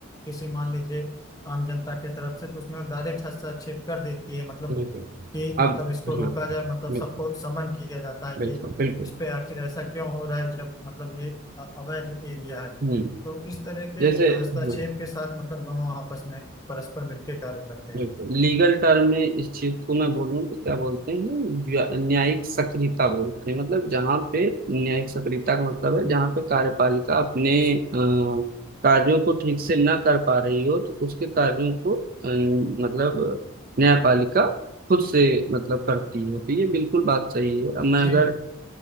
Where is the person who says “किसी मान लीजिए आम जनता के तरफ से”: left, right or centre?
Left